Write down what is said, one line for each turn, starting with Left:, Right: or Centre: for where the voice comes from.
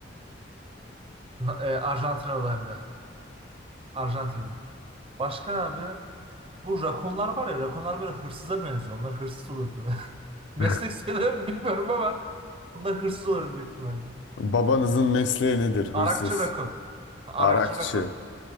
Right: E, Arjantinalı hem de. Arjantinli. Başka abi bu rakunlar var ya rakunlar böyle hırsıza benziyor. Onlar hırsız olurdu. <laughs> Meslek
Left: <laughs>
Right: sayılır mı bilmiyorum ama onlar hırsız olurdu büyük ihtimalle.
Left: babanızın mesleği nedir? Hırsız,
Right: Arakçı rakun. Arakçı
Left: arakçı,
Right: rakun